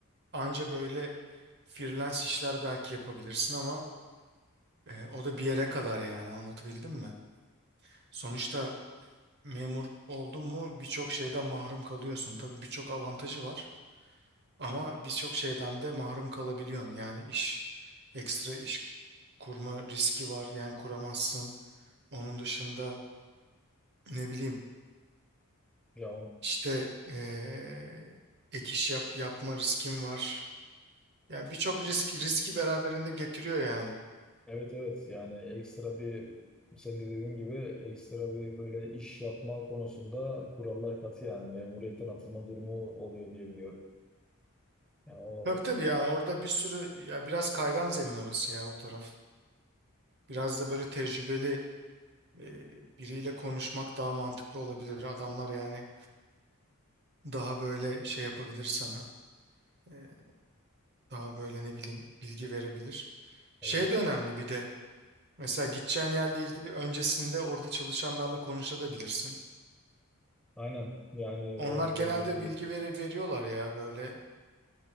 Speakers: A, on the right; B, in the centre.
A: Anca böyle freelance işler belki yapabilirsin ama e, o da bir yere kadar yani anlatabildim mi? Sonuçta memur oldun mu birçok şeyden mahrum kalıyorsun. Tabii birçok avantajı var ama birçok şeyden de mahrum kalabiliyorsun. Yani iş ekstra iş kurma riski var yani kuramazsın. Onun dışında ne bileyim
B: Ya
A: İşte eee ek iş yap, yapma riskim var. Ya birçok risk riski beraberinde getiriyor yani.
B: Evet evet yani ekstra bir sen de dediğin gibi ekstra bir böyle iş yapma konusunda kurallar katı yani memuriyetten atılma durumu oluyor diye biliyorum. Yani o
A: Tabii tabii yani orada bir sürü ya biraz kaygan zemin orası ya o taraf. Biraz da böyle tecrübeli eee, biriyle konuşmak daha mantıklı olabilir. Adamlar yani daha böyle şey yapabilir sana. Eee, daha böyle ne bileyim bilgi verebilir. Şey
B: evet
A: de önemli bir de. Mesela gideceğin yerle ilgili öncesinde orada çalışanlarla konuşabilirsin.
B: aynen yani
A: Onlar
B: orada
A: genelde
B: memuriyet
A: bilgi
B: bas-
A: veri veriyorlar ya böyle